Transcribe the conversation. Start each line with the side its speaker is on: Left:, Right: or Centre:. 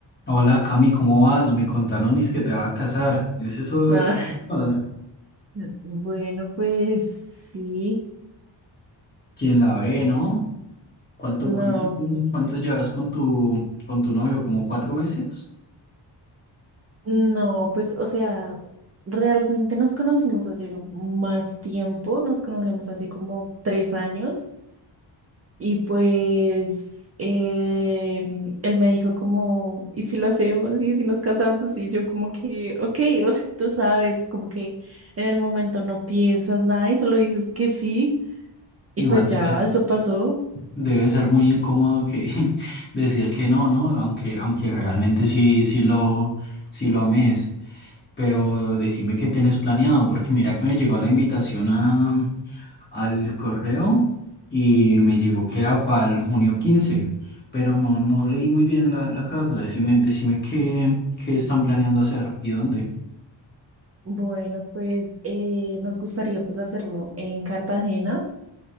Left: Hola Cami, ¿cómo vas? Me contaron que te va a casar. ¿Es eso,
Right: Ah,
Left: es ah,
Right: <laughs> bueno, pues sí,
Left: quien la ve, ¿no? ¿Cuánto,
Right: no,
Left: cuánto, cuánto llevas con tu, con tu novio? ¿Como cuatro meses?
Right: no, pues o sea, realmente nos conocimos hace más tiempo, nos conocemos hace como tres años y pues eh, él me dijo como, ¿y si lo hacemos? ¿Y si nos casamos? Y yo como que, ok, <laughs> o sea, tú sabes, como que en el momento no piensas nada y solo dices que sí
Left: Igual
Right: y pues
Left: de-
Right: ya, eso pasó.
Left: debe ser muy incómodo que <laughs> decir que no, ¿no? Aunque, aunque realmente sí, sí lo, sí lo ames. Pero decime qué tenés planeado, porque mira que me llegó la invitación a, al correo y me llegó que era para el junio quince pero no, no leí muy bien la, la carta. Decime, decime qué, qué están planeando hacer y dónde.
Right: Bueno, pues eh, nos gustaría pues hacerlo en Cartagena.